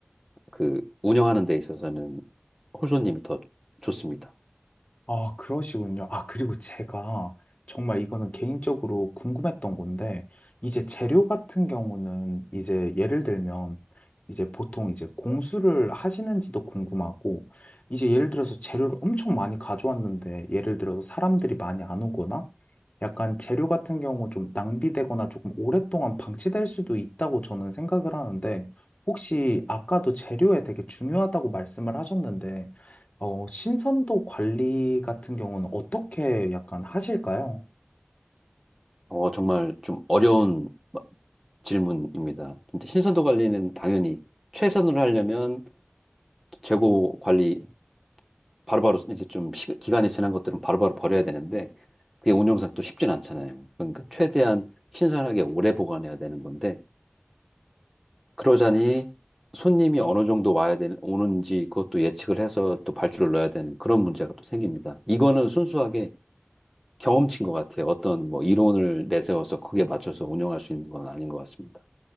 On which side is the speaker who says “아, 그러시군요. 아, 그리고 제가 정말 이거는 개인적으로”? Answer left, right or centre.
Left